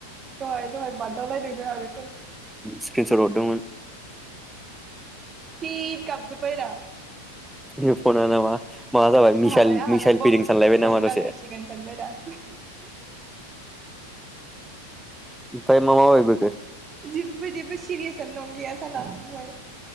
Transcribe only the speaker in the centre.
स्क्रीनसट हरदोंमोन।
<unintelligible> नामा? मा जाबाय
मिसाइल
मिसाइल
फैदों सानलायबाय
नामा दसे?
ओमफाय मा मा बायबोखो?